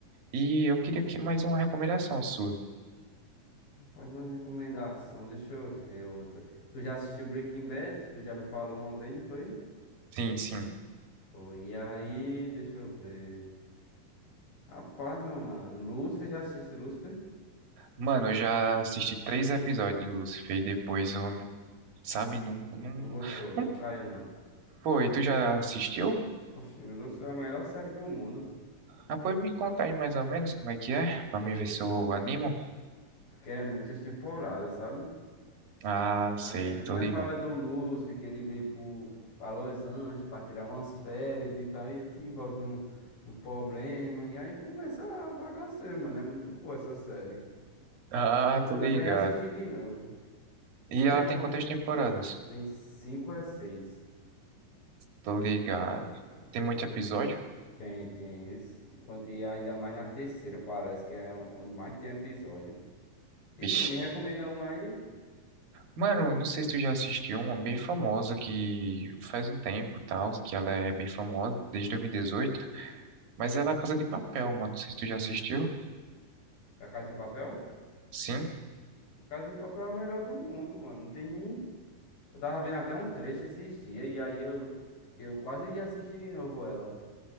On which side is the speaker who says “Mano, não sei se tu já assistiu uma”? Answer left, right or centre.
Right